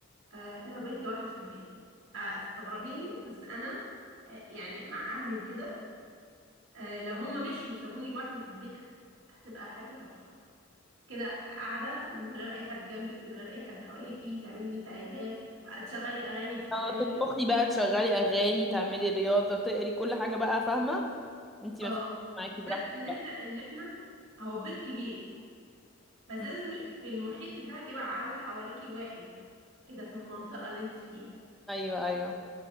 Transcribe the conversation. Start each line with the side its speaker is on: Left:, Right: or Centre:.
Right: أه لو بقيت لوحدي في البيت أه تستغربيني بس انا أه يعني مع اهلي وكده أه لو هما مشوا وسابوني لوحدي في البيت هتبقى حاجه تحفه كده قاعده من غير اي حد جنبك من غير اي حد حواليكي تعملي اللي انت عايزاه آه، تشغلي اغاني بصوت
Centre: أو
Right: عالي
Centre: تطبخي بقى تشغلي اغاني تعملي رياضه تقري كل حاجه بقى فاهمه انتي
Right: اه
Centre: ما فيش معاكي
Right: بالذات
Centre: براحتك
Right: ان احنا
Centre: بقى
Right: ان احنا اهو بيت كبير بس
Centre: مم.
Right: لازم في المحيط بتاعك يبقى على اللي حواليكي واحد كده في المنطقه اللي انت فيها
Centre: ايوه ايوه